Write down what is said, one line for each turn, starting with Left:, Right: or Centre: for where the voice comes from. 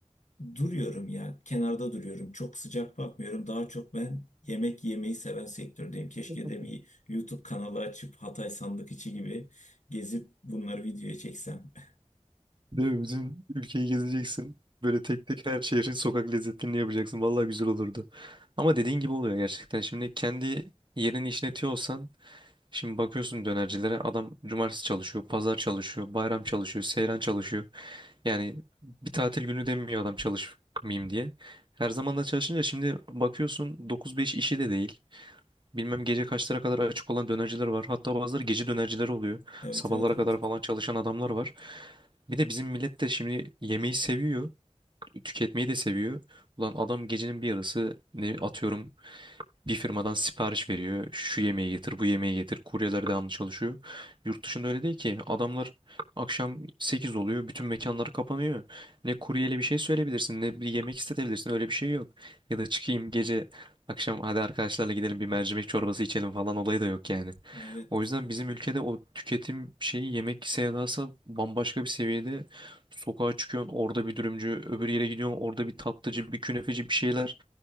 Left: Duruyorum ya, kenarda duruyorum. Çok sıcak bakmıyorum. Daha çok ben yemek yemeyi seven sektördeyim. Keşke
Right: hı.
Left: de bir
Right: <laughs>
Left: YouTube kanalı açıp Hatay sandık içi gibi gezip bunları videoya çeksem. <laughs>
Right: Değil mi? Bütün ülkeyi gezeceksin. Böyle tek tek her şehrin sokak lezzetlerini yapacaksın. Vallahi güzel olurdu. Ama dediğin gibi oluyor gerçekten. Şimdi kendi yerini işletiyor olsan şimdi bakıyorsun dönercilere adam cumartesi çalışıyor, pazar çalışıyor, bayram çalışıyor, seyran çalışıyor. Yani bir tatil günü demiyor adam çalışmayayım diye. Her zaman da çalışınca şimdi bakıyorsun 9-5 işi de değil. Bilmem gece kaçlara kadar açık olan dönerciler var. Hatta bazıları gece dönercileri oluyor.
Left: Evet
Right: Sabahlara
Left: evet artık.
Right: kadar falan çalışan adamlar var. Bir de bizim millet de şimdi yemeği seviyor. Tüketmeyi de seviyor. Ulan adam gecenin bir yarısı ne atıyorum bir firmadan sipariş veriyor. Şu yemeği getir, bu yemeği getir. Kuryeler devamlı çalışıyor. Yurt dışında öyle değil ki. Adamlar akşam 8 oluyor. Bütün mekanlar kapanıyor. Ne kuryeyle bir şey söyleyebilirsin, ne bir yemek istetebilirsin. Öyle bir şey yok. Ya da çıkayım gece akşam hadi arkadaşlarla gidelim bir mercimek çorbası içelim falan olayı da yok yani.
Left: Evet.
Right: O yüzden bizim ülkede o tüketim şeyi yemek sevdası bambaşka bir seviyede. Sokağa çıkıyorsun orada bir dürümcü, öbür yere gidiyorsun orada bir tatlıcı, bir künefeci bir şeyler